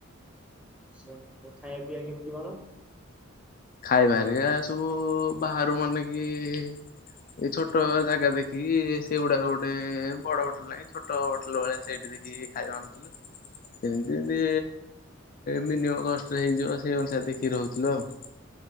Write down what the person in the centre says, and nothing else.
ଆଛା ଆ ଖାଇବା ପିଇବା କେମିତି କଣ?